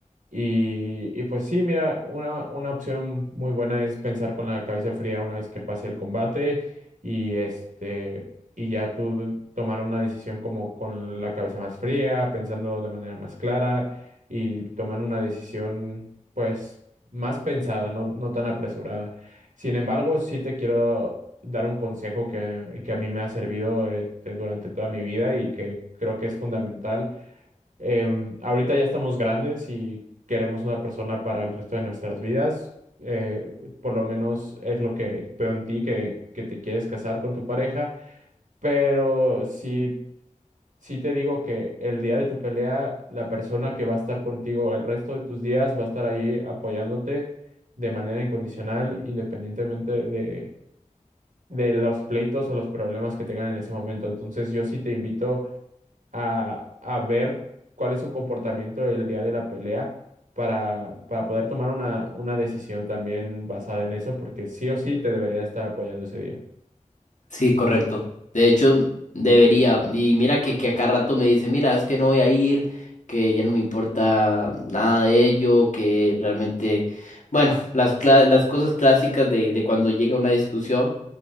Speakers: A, on the right (about 75°); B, on the left (about 65°).
A: Y, y pues sí, mira, una, una opción muy buena es pensar con la cabeza fría una vez que pase el combate y este y ya tú tomar una decisión como con la cabeza más fría, pensando de manera más clara y tomar una decisión pues más pensada, no, no tan apresurada. Sin embargo, sí te quiero dar un consejo que, que a mí me ha servido este, durante toda mi vida y que creo que es fundamental. Em, ahorita ya estamos grandes y queremos una persona para el resto de nuestras vidas. Eh, por lo menos es lo que veo en ti, que, que te quieres casar con tu pareja. Pero sí, sí te digo que el día de tu pelea, la persona que va a estar contigo el resto de tus días va a estar ahí apoyándote de manera incondicional, independientemente de, de los pleitos o los problemas que tengan en ese momento. Entonces yo sí te invito a, a ver cuál es su comportamiento el día de la pelea para, para poder tomar una, una decisión también basada en eso, porque sí o sí te debería estar apoyando ese día.
B: Sí, correcto. De hecho, debería. Y mira que, que a cada rato me dice, mira, es que no voy a ir, que ya no me importa nada de ello, que realmente, bueno, las, cla- las cosas clásicas de, de cuando llega una discusión,